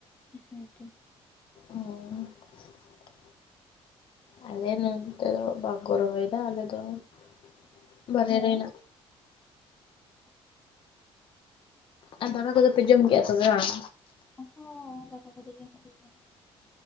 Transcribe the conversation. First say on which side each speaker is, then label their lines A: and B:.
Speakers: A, on the left (about 15°); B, on the left (about 55°).
A: ᱦᱮᱸ ᱛᱚ ᱾
B: ᱦᱚᱭ ᱾ ᱟᱞᱮ ᱱᱚᱱᱛᱮ ᱫᱚ ᱵᱟᱠᱚ ᱨᱚᱦᱚᱭᱮᱫᱟ ᱟᱞᱮ ᱫᱚ ᱾ ᱵᱟᱨᱭᱟ
A: ᱦᱮᱸ
B: ᱨᱮ ᱦᱮᱱᱟᱜ ᱟᱨ ᱫᱟᱠᱟ ᱠᱚᱫᱚ ᱯᱮ ᱡᱚᱢ ᱠᱮᱜᱼᱟ ᱥᱮ ᱵᱟᱝ?
A: ᱚ ᱦᱚᱸ ᱫᱟᱠᱟ ᱠᱚᱫᱚ ᱡᱚᱢ ᱦᱩᱭ ᱠᱟᱱᱟ ᱾